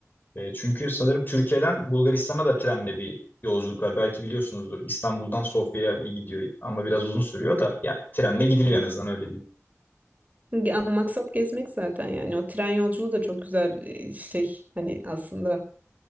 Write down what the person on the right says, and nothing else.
Ya, Maksat gezmek zaten yani o tren yolculuğu da çok güzel bir şey hani aslında